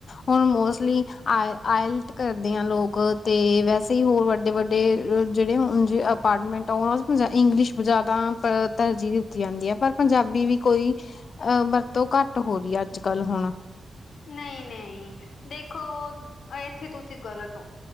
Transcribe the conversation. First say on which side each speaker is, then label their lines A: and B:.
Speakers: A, on the left; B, on the left.
A: ਹੁਣ ਮੋਸਟਲੀ ਆ ਆਇਲਟ ਕਰਦੇ ਆ ਲੋਕ ਤੇ ਵੈਸੇ ਹੀ ਹੋਰ ਵੱਡੇ ਵੱਡੇ ਜਿਹੜੇ ਹਣ ਜ ਅਪਾਟਮੈਂਟ ਆ। ਉਹਨਾਂ 'ਚ ਇੰਗਲਿਸ਼ ਜ਼ਿਆਦਾ ਅ ਤਰਜੀਹ ਦਿੱਤੀ ਜਾਂਦੀ ਆ। ਪਰ ਪੰਜਾਬੀ ਵੀ ਕੋਈ ਓਂ ਵਰਤੋਂ ਘੱਟ ਹੋ ਰਹੀ ਐ ਅੱਜ-ਕੱਲ੍ਹ ਹੁਣ।
B: ਨਹੀਂ-ਨਹੀਂ ਦੇਖੋ ਇੱਥੇ ਤੁਸੀਂ ਗਲਤ ਓ।